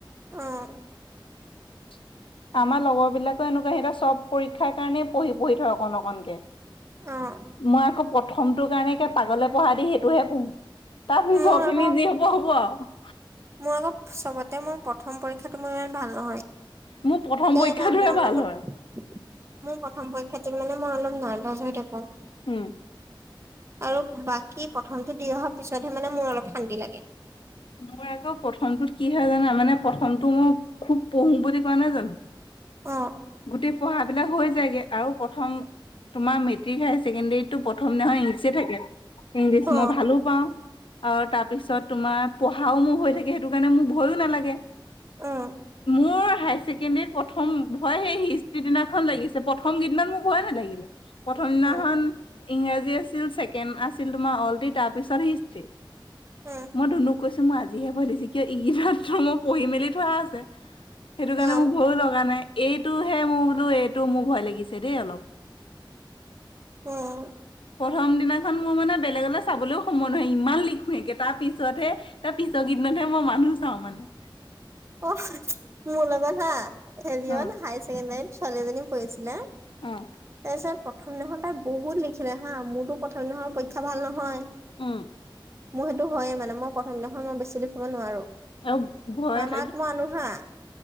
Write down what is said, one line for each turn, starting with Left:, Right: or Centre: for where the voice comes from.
Right: অঁ।
Left: <inaudible> আমাৰ লগৰ বিলাকে এনেকুৱা সিহত চব পৰীক্ষাৰ কাৰণেই পঢ়ি- পঢ়ি থয় অকন অকনকে।
Right: অ',
Left: মই আকৌ। প্ৰথমটো কাৰণে পাগলে পঢ়া দি সেইটোহে পঢ়ো তাৰ পিছ
Right: মোৰ
Left: খিনি
Right: আকৌ
Left: যি হ'ব হ'ব আৰু।
Right: মোৰ আকৌ চবতে মোৰ প্ৰথম পৰীক্ষাটো মোৰ ইমান ভাল নহয়।
Left: মোৰ প্ৰথম
Right: কিয়
Left: পৰীক্ষাটোৱে
Right: জান মই
Left: ভাল
Right: মানে।
Left: হয়।
Right: মোৰ প্ৰথম পৰক্ষাটো মানে মই অলপ নাৰ্ভাচ হৈ থাকো।
Left: উম।
Right: আৰু বাকী প্ৰথমটো দি অহাৰ পিছতহে মানে মোৰ অলপ শান্তি লাগে।
Left: মোৰ আকৌ প্ৰথমটোত কি হয় জানা, মানে প্ৰথমটো মই খুব পঢ়ো বুলি কোৱা নাই জানো।
Right: অঁ।
Left: গোটেই পঢ়া বিলাক হৈ যায়গে আৰু প্ৰথম। তোমাৰ মেটিক হায়াৰ ছেকেণ্ডেৰী তটো প্ৰথম নহয় ইংলিচ থাকে। ইংলিছ
Right: অ
Left: মই ভালো পাওঁ আৰু তাৰপিছত তোমাৰ। পঢ়াও মোৰ হৈ থাকে, সেইটো কাৰণে মোৰ ভয়ো নালাগে
Right: উম
Left: মোৰ হাস। ছেকেণ্ড ইয়াৰ প্ৰথম ভয় সেই হিষ্ট্ৰি দিনাখন লাগিছে প্ৰথম গেইদনাত মোৰ ভয়ে নে লাগিলে। প্ৰথম দিনাখন।
Right: উম
Left: ইংৰাজী আছিল, ছেকেণ্ড আছিল তোমাৰ অলৰে তাৰপিছত হিষ্টি।
Right: উম
Left: মই ধুনুক কৈছো মই আজিহে ভয় লাগিছে কিয় ই ৰাত্ৰ মই পঢ়ি মেলি থোৱা আছে। সেইটো কাৰণে
Right: অ
Left: মোৰ ভয়ো লগা নাই, এইটোহে মোৰ বোলো এইটো মোৰ ভয় লাগিছে দেই অলপ।
Right: উম।
Left: প্ৰথম দিনাখন মোৰ মানে বেলেগ। চাবলৈও সময় নহয়, ইমান লিখ নেকে তাৰ পিছতহে তাৰ পিছৰ গীদিনতহে মই মানুহ চাওঁ মানে।
Right: অ' মোৰ লগত হা হেৰিয়ত
Left: অ
Right: হায় ছেকেণ্ডাৰীত ছোৱালীজনী পঢ়িছিলে।
Left: অঁ।
Right: প্ৰথম দিনাখৰ তাই বহুত লিখিলে হা, মোৰতো প্ৰথম দিনাৰ পৰীক্ষা ভাল নহয়।
Left: উম।
Right: মোৰ সেইটো হয়ে মানে, মই প্ৰথম দিনাখন মই বেছি দেখুৱাব নোৱাৰো।
Left: অ ঘ <unintelligible>
Right: মাক ম নুহা <unintelligible>